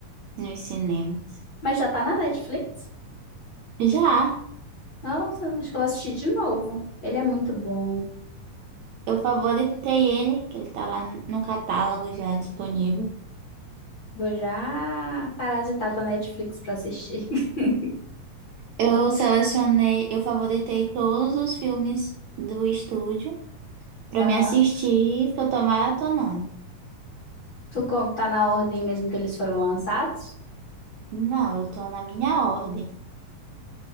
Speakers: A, on the right; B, on the left.
A: nos cinemas.
B: Mas já tá na Netflix.
A: Já,
B: Nossa, acho que eu vou assistir de novo. Ele é muito bom.
A: eu favoritei ele, que ele tá lá no catálogo já disponível.
B: Vou já parasitar tua Netflix pra assistir. <laughs>
A: Eu selecionei, eu favoritei todos os filmes do estúdio pra
B: Aham.
A: me assistir, que eu tô maratonando.
B: Tu co- tá na ordem mesmo que eles foram lançados?
A: Não, eu tô na minha ordem.